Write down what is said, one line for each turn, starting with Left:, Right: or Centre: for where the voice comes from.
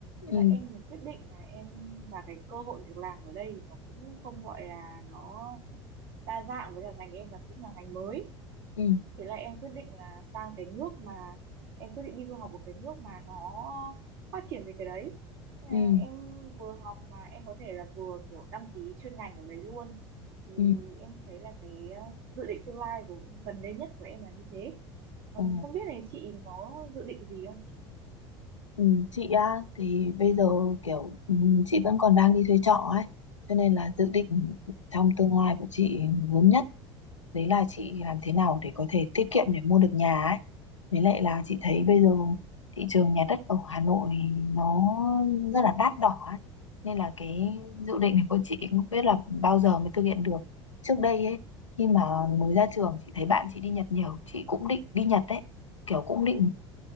Right: thế
Left: ừ
Right: là em muốn quyết định là em và cái cơ hội việc làm ở đây thì nó cũng không gọi là nó đa dạng với cả ngành em là cũng là ngành mới
Left: ừ
Right: thế là em quyết định là sang cái nước mà em quyết định đi du học ở cái nước mà nó phát triển về cái đấy Thế
Left: ừ
Right: là em vừa học mà em có thể là vừa kiểu đăng ký chuyên ngành ở đấy luôn thì
Left: ừ
Right: em thấy là cái ờ, dự định tương lai của gần đây nhất của em là như thế còn
Left: ừ.
Right: không biết là chị có dự định gì không chị
Left: Ừ, chị á thì bây giờ kiểu ừ, chị vẫn còn đang đi thuê trọ ấy cho nên là dự định trong tương lai của chị lớn nhất đấy là chị làm thế nào để có thể tiết kiệm để mua được nhà ấy với lại là chị thấy bây giờ thị trường nhà đất ở Hà Nội nó rất là đắt đỏ ấy. nên là cái dự định này của chị cũng không biết là bao giờ mới thực hiện được trước đây ấy khi mà mới ra trường chị thấy bạn chị đi Nhật nhiều chị cũng định đi Nhật đấy kiểu cũng định